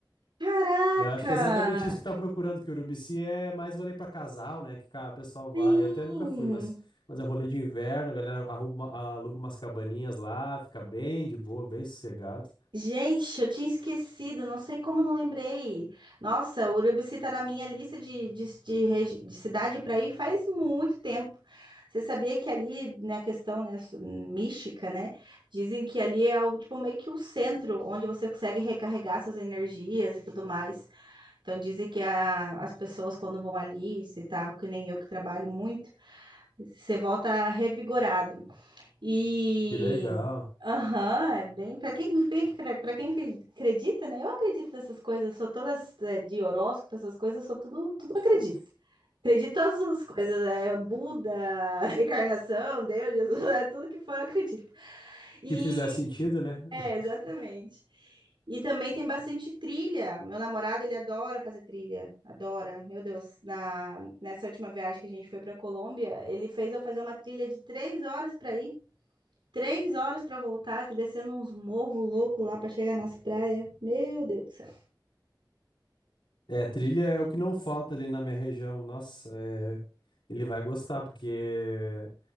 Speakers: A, on the right (about 75°); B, on the left (about 80°).
A: caraca!
B: Eu acho que é exatamente isso que tá procurando, que Urubici é mais rolê para casal, né? Que cara, o pessoal vai.
A: Sim!
B: Eu até nunca fui, mas, mas é rolê de inverno, a galera arruma, aluga umas cabaninhas lá, fica bem de boa, bem sossegado.
A: Gente, eu tinha esquecido, não sei como eu não lembrei. Nossa, Urubici tá na minha lista de, de, de regi- de cidade para ir faz muito tempo. Você sabia que ali, na questão, né, su- mística, né, dizem que ali é o, tipo, meio que o centro onde você consegue recarregar suas energias e tudo mais. Então dizem que a- as pessoas quando vão ali, se tá, que nem eu que trabalho muito, você volta revigorado. E
B: Que legal.
A: aham, é bem para quem para quem acre- acredita, né? Eu acredito nessas coisas, sou todas é, de horóscopo, essas coisas, sou tudo, tudo acredito. Acredito em todas as coisas, é Buda, <laughs> reencarnação, Deus, Jesus, é tudo que for, eu acredito. E
B: Que fizer sentido, né?
A: é, exatamente. E também tem bastante trilha. Meu namorado, ele adora fazer trilha. Adora. Meu Deus, na, nessa última viagem que a gente foi para Colômbia, ele fez eu fazer uma trilha de três horas para ir. Três horas pra voltar, descendo uns morros loucos lá pra chegar nas praias. Meu Deus do céu.
B: É, trilha é o que não falta ali na minha região. Nossa, é, ele vai gostar, porque.